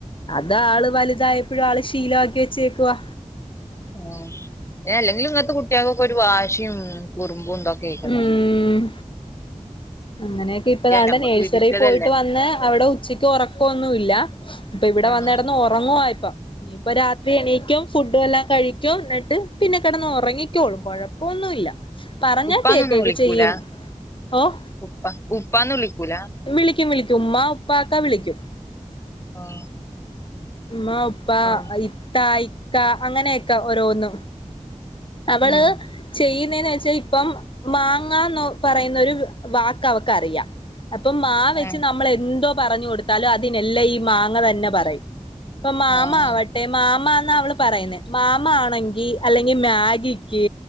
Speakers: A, on the left; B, on the left.
A: അതള് വലുതായപ്പോഴും ആള് ശീലവാക്കി വെച്ചേക്കുവാ.
B: ആഹ് അല്ലെങ്കിലും ഇങ്ങനത്തെ കുട്ടികക്കൊക്കെ ഒരു വാശിയും കുറുമ്പുംണ്ടോക്കെ കേക്കണെണ്
A: ഉം അങ്ങനെയൊക്കെ ഇപ്പ ദണ്ടേ
B: ഞമ്മക്ക്
A: നേഴ്സറിയിൽ
B: വിധിച്ചതല്ലേ
A: പോയിട്ട് വന്ന് അവിടെ ഉച്ചക്ക് ഉറക്കം ഒന്നും ഇല്ല ഇപ്പൊ ഇവിടെ
B: ആഹ്
A: വന്ന് കിടന്ന് ഉറങ്ങുവാ ഇപ്പം ഇനീപ്പം രാത്രി എണീക്കും ഫുഡും എല്ലാം കഴിക്കും എന്നിട്ട് പിന്നെ കിടന്ന് ഉറങ്ങിക്കോളും കൊഴ പ്പൊന്നും ഇല്ല പറഞ്ഞാ
B: ഉപ്പാന്നൊന്നും
A: കേക്കേക്കെ
B: വിളിക്കൂല
A: ചെയ്യും ഓഹ്
B: ഉപ്പ ഉപ്പാന്ന് വിളിക്കൂല
A: വിളിക്കും വിളിക്കും ഉമ്മ ഉപ്പക്കാ വിളിക്കും
B: ആഹ്
A: ഉമ്മ ഉപ്പ
B: ആഹ്
A: ഇത്ത ഇക്ക അങ്ങനെക്കാ ഓരോന്നും അവള്
B: ഉം
A: ചെയ്യുന്നെന്ന് വെച്ചാൽ ഇപ്പം മാങ്ങന്ന് പറയുന്നൊരു വാക്ക് അവക്കറിയാം അപ്പൊ മ വെച്ച്
B: ഏഹ്
A: നമ്മൾ എന്തോ പറഞ്ഞു കൊടുത്താലും അതിനെല്ലാം ഈ മാങ്ങ തന്നെ പറയും ഇപ്പൊ മാമാ
B: ആഹ്
A: ആവട്ടെ മാമാന്ന് അവള് പറയുന്നെ മാമാ ആണെങ്കിൽ അല്ലെങ്കിൽ മാഗിക്ക്